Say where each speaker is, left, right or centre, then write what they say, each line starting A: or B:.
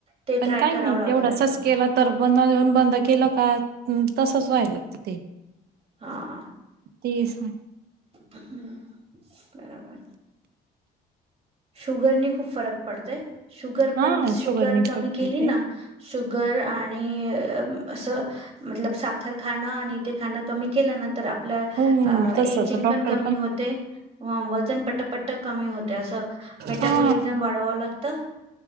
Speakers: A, on the right; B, on the right.
A: ते
B: पण
A: ट्राय
B: काही
A: करावं
B: नाही
A: लागेल
B: तेवढं
A: आता
B: असच केलं तर बंद घेऊन बंद केलं का तसच व्हायला लागत ते
A: हां
B: तेच ना
A: हम्म बरोबर. शुगरनी खूप फरक पडतंय शुगर
B: हा
A: पण शुगर
B: शुगरनी
A: कमी
B: फरक
A: केली
B: येते
A: ना शुगर आणि अस मतलब साखर खाणं आणि ते खाणं कमी केलं ना तर आपलं
B: हो
A: अ
B: तसच
A: एजिंग
B: डॉक्टर
A: पण कमी होते व वजन पट पट कमी होतय असं. मेटाबॉलिझम
B: हा
A: वाढवावं लागतं.